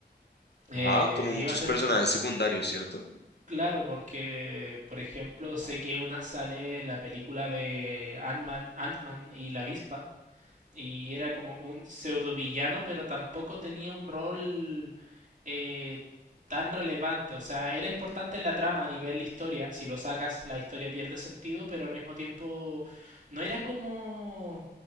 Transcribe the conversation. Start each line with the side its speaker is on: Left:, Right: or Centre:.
Left: ajá,
Right: eh,
Left: como muchos
Right: iba a ser
Left: personajes
Right: un
Left: secundarios, ¿cierto?
Right: claro porque por ejemplo sé que una sale la película de Ant-Man Ant-Man y la avispa y era como un pseudo villano, pero tampoco tenía un rol eh, tan relevante. O sea, era importante en la trama a nivel de historia. Si lo sacas, la historia pierde sentido, pero al mismo tiempo no era como...